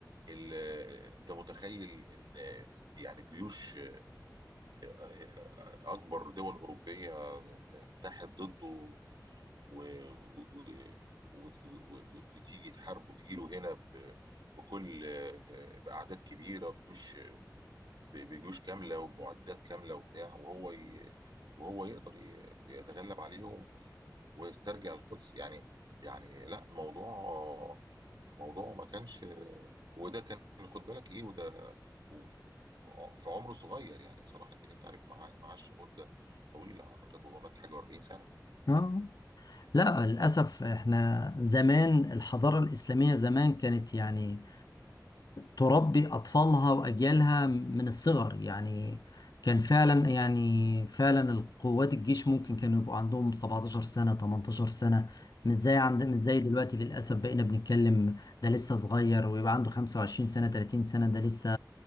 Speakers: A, on the right; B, on the left.
A: ال- آه، انت متخيل ان يعني جيوش آه، آه، اكبر دول اوروبيه تتحد ضده و- و- و- و- و- وتيجي تحاربه وتجي له هنا ب- بكل آه، باعداد كبيره بجيوش ب- بجيوش كاملة ومعدات كاملة وبتاع وهو ي... وهو يقدر ي- يتغلب عليهم و- ويسترجع القدس يعني يعني لا الموضوع موضوع ما كانش وده كان خد بالك ايه وده و... في عمره صغير يعني صلاح الدين انت عارف معاه معاش مدة طويلة اعتقد هو مات حاجة و40 سنة
B: اه لا للاسف احنا زمان الحضاره الاسلاميه زمان كانت يعني تربي أطفالها وأجيالها من الصغر يعني كان فعلا يعني فعلا القوات الجيش ممكن كانوا يبقوا عندهم 17 سنة 18 سنة مش زي عند مش زي دلوقتي للأسف بقينا بنتكلم ده لسه صغير ويبقى عنده 25 سنة 30 سنة ده لسه